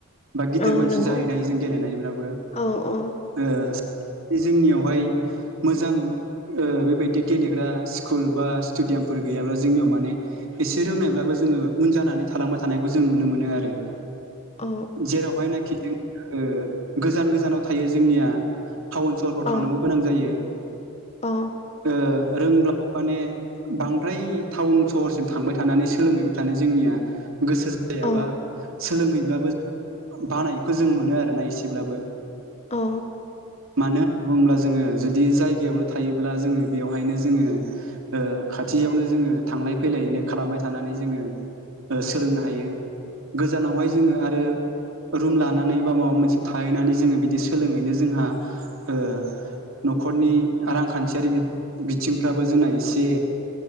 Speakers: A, on the right (about 70°); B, on the left (about 30°).
A: बा गिदिर
B: औ
A: मानसि
B: नंगौ
A: जाहैनो हायोजों गेलेनायब्लाबो
B: औ औ
A: ओ बे जोंनियावहाय मोजां। ओ बेबायदि गेलेग्रा स्कुल बा स्टेडियामफोर गैयाब्ला जोंनियाव माने एसे रोंनायब्लाबो जोङो उनजानानै थालांबाय थानायखौ जों नुनो मोन आरो।
B: औ
A: जेरावहायनाखि जों ओ गोजान गोजानाव थायो जोंनिया टाउन सहरफ्राव
B: औ
A: थांनांगौ गोनां जायो।
B: औ
A: ओ रोंब्ला माने बांद्राय टाउन सहरसिम थांबाय थानानै सोलोंहैबाय थानो जोंनिया गोसो जायाबा
B: औ
A: सोलोंहैब्लाबो बानायखौ जों मोनो आरोना एसेब्लाबो
B: औ।
A: मानो होननानै बुङोब्ला जोङो जुदि जायगायावनो थायो। अब्ला जोङो बेवहायनो जोङो ओ खाथियावनो जोङो थांलाय फैलायनो खालामबाय थानानै जोङो सोलोंनो हायो गोजानावहाय जोङो आरो। रुम लानानै बा माबा मोनसे थाहैनानै जोङो बिदि सोलोङैनो जोंहा ओ। न'खरनि रां रांखान्थियारि बिथिंफ्राबो जोंना एसे